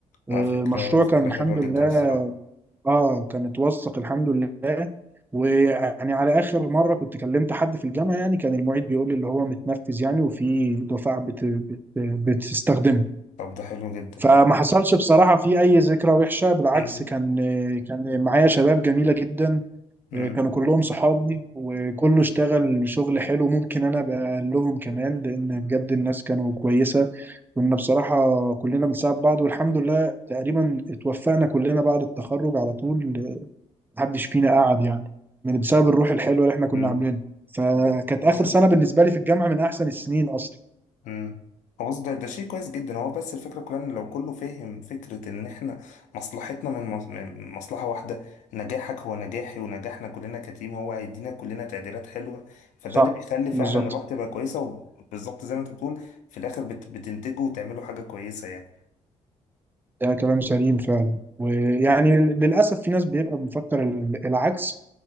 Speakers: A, on the right; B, on the left.
A: آه،
B: لا
A: المشروع
B: فكرة فكرة
A: كان الحمد
B: حلوة جدا
A: لله
B: الصراحة
A: اه كانت وثق الحمد لله ويعني على اخر مره كنت كلمت حد في الجامعه يعني كان المعيد بيقول لي اللي هو متنفذ يعني وفي دفعه بت... بت... بتستخدمه
B: طب ده حلو جدا
A: فما
B: ده
A: حصلش بصراحه في اي ذكرى وحشه بالعكس
B: مم.
A: كان كان معايا شباب جميله جدا
B: مم.
A: كانوا كلهم صحابي وكله اشتغل شغل حلو ممكن انا ابقى لهم كمان لان بجد الناس كانوا كويسه كنا بصراحه كلنا بنساعد بعض والحمد لله تقريبا اتوفقنا كلنا بعد التخرج على طول محدش فينا قعد يعني من بسبب الروح الحلوه اللي احنا كنا
B: مم.
A: عاملينها فكانت
B: بقول-
A: اخر سنه بالنسبه لي في الجامعه من احسن السنين اصلا
B: مم. هو بص ده ده شيء كويس جدا هو بس الفكرة كلها ان لو كله فاهم فكرة ان احنا مصلحتنا من مص- من مصلحة واحدة نجاحك هو نجاحي ونجاحنا كلنا كتيم هو هيدينا كلنا تقديرات حلوة فده
A: صح
B: اللي بيخلي فعلا
A: بالظبط
B: الروح تبقى كويسة وبالظبط زي ما انت بتقول في الاخر بت- بتنتجوا وتعملوا حاجة كويسة يعني
A: ده كلام سليم فعلا ويعني للأسف في ناس بيبقى مفكر ال- العكس